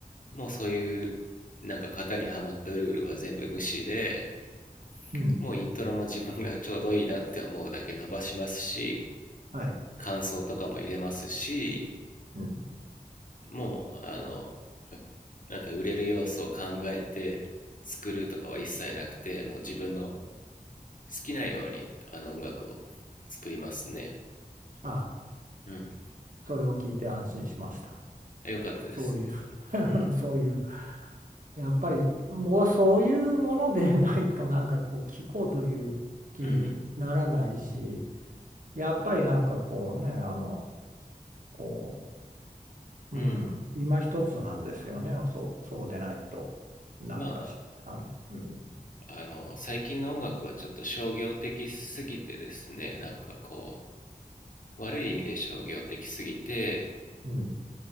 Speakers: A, on the left; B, on the right.
A: もうそういうなんか型にはまったルールは全部無視で、
B: うん。
A: もうイントロも自分がちょうどいいなって思うだけ伸ばしますし、
B: はい。
A: 感想とかも入れますし
B: うん。
A: もうあのなんか売れる要素を考えて作るとかは一切なくてもう自分の好きなようにあの音楽を作りますね
B: あ、
A: うん
B: それを聞いて安心しました。
A: よかったです
B: そういう <laughs>
A: うん
B: そういう。やっぱり僕はそういうものでないとなんかこう聞こうという気にならないし、
A: うん
B: やっぱりなんかこうね、あの、こううん、
A: うん
B: 今一つなんですよね。そう、そうでないと、なんかし、
A: ま
B: あ、うん、
A: ああの最近の音楽はちょっと商業的すぎてですねなんかこう悪い意味で商業的すぎて
B: うん、